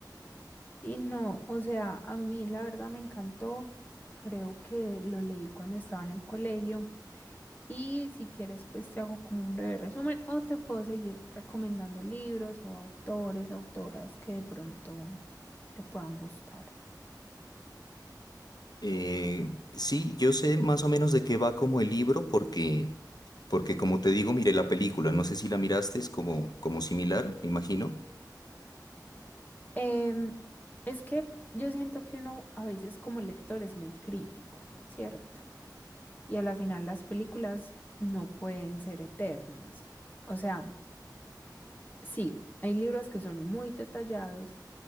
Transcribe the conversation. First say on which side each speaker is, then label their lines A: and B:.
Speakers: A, on the left (about 25°); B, on the left (about 65°).
A: Y no, o sea, a mí la verdad me encantó. Creo que lo leí cuando estaba en el colegio. Y si quieres, pues te hago como un breve resumen o te puedo seguir recomendando libros o autores, autoras que de pronto te puedan gustar.
B: Eh, sí, yo sé más o menos de qué va como el libro porque, porque como te digo, miré la película, no sé si la miraste, es como, como similar, me imagino.
A: Em, es que yo siento que uno a veces como lector es muy crítico, ¿cierto? Y a la final las películas no pueden ser eternas. O sea, sí, hay libros que son muy detallados